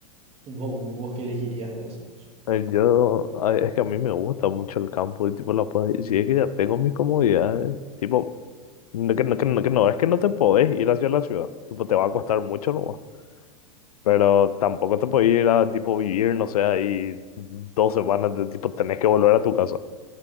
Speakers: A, on the right (about 35°); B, on the left (about 80°).
A: ¿Vos, vos qué elegirías de eso?
B: Eh, Yo, a- es que a mí me gusta mucho el campo y tipo la puedes, si es que ya tengo mis comodidades, tipo, no, que, no, que, no, que no, es que no te podés ir hacia la ciudad, tipo, te va a costar mucho, ¿no? Pero tampoco te podés ir a, tipo, vivir, no sé, ahí dos semanas, de, tipo, tenés que volver a tu casa,